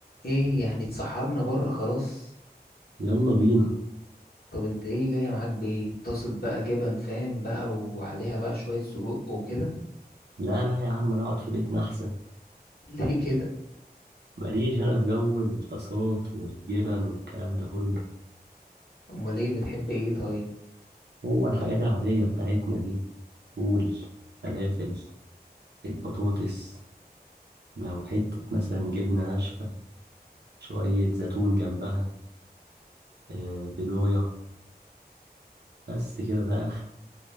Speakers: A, on the left; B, on the right.
A: ايه يعني اتسحرنا بره خلاص
B: يلا بينا
A: طب انت ايه جاية معاك بايه طاسة بقى جبن فاهم بقى وعليها بقى شوية سجق وكده
B: لا لا يا عم انا اقعد في بيتنا احسن
A: <laughs> ليه كده
B: ماليش انا في جو الطاسات والجبن والكلام ده كله
A: امال ايه بتحب ايه طيب
B: هو الحاجات العادية بتاعتنا دي فول فلافل البطاطس لو حتة مثلا جبنة ناشفة شوية زيتون جنبها آه بضاية بس كده ده آخر